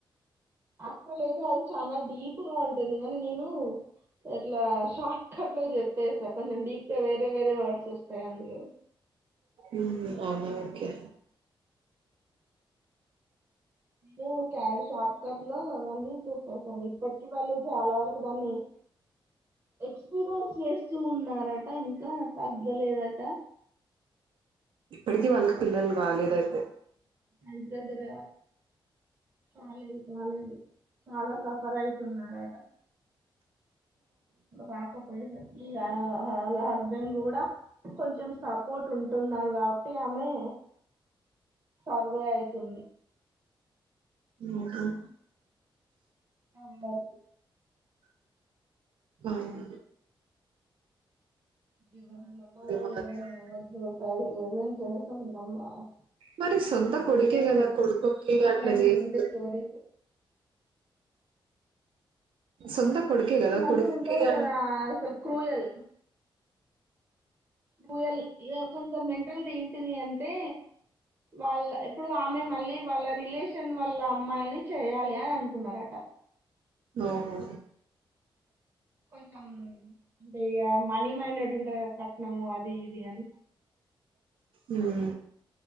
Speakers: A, on the right (about 30°); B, on the right (about 75°).
A: అసలు అయితే అది చానా డీపుగా ఉంటుంది కనీ నేను. ఇట్లా షార్ట్ కట్ లో చెప్పేసా కొంచెం డీప్ గా వేరే వేరే వర్డ్స్ వస్తాయి అందులో.
B: ఉమ్ అవునా ఓకే.
A: విను క్యాడి షార్ట్కట్ లో అవన్నీ చెప్పేసాను ఇప్పటికి వాళ్ళు చాలా వరకు దాన్ని ఎక్స్పీరియన్స్ చేస్తూ ఉన్నారట ఇంకా తగ్గలేదట
B: ఇప్పడికి వాళ్ళకి పిల్లలు కాలేదయితే
A: మా ఇంటి దగ్గర కాలేదు కాలేదు. చాలా సఫర్ ఐతుండు ఆయన కాకపోయే సరికి యా వాళ్ల హస్బెండ్ కూడా కొంచెం సాప్. పోటు ఉంటున్నారు కాబట్టి ఆమె. సర్వే అయితుంది
B: ఉహ్మ్
A: అందరికి
B: ఉమ్
A: ఎవర్ని నమ్మాలో
B: మాత్రం
A: ఎవర్ని నమోదో <unintelligible>
B: మరి సొంత కొడుకే కదా
A: స్టోరీ
B: కొడుకుకి
A: అట్లాంటి
B: అట్లా చేస్తరు
A: వింటే స్టోరీలు
B: సొంత కొడుకే కదా
A: మంది
B: కొడుక్కిగా
A: ఉంటారు కదా అసలు క్రూయల్ <unintelligible> కొందరి మెంటాల్టీ ఏంటిదంటే వాల్ ఇప్పుడు ఆమె మళ్ళీ వాళ్ళ రిలేషన్ వాళ్ళ అమ్మాయిని చేయ్యాలి అని అనుకున్నారట
B: అవునా
A: కొంచెం ఇగ మనీ మైండెడ్ ఉంటంద్ గద కట్నం అది ఇది అని
B: ఉమ్